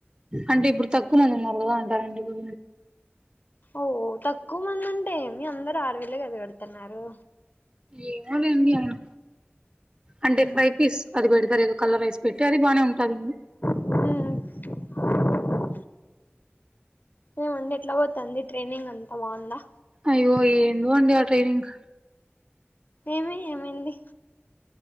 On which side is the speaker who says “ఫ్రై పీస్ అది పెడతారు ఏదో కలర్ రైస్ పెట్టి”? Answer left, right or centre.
Right